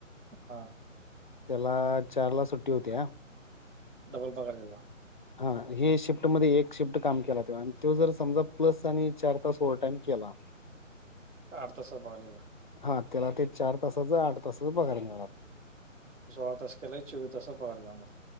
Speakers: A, on the right; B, on the left.
A: हा
B: त्येला चार ला सुट्टी होत्या
A: डबल पगार देतात.
B: हा हे शिफ्टमध्ये एक शिफ्ट काम केला तर आणि तो जर समजा प्लस आणि चार तास ओव्हर टाईम केला
A: आठ तासाचा पगार देतात.
B: हा त्याला ते चार तासाचं आठ तासाचं पगारला मिळणार
A: सोळा तास केला की चोवीस तासाचा पगार मिळणार.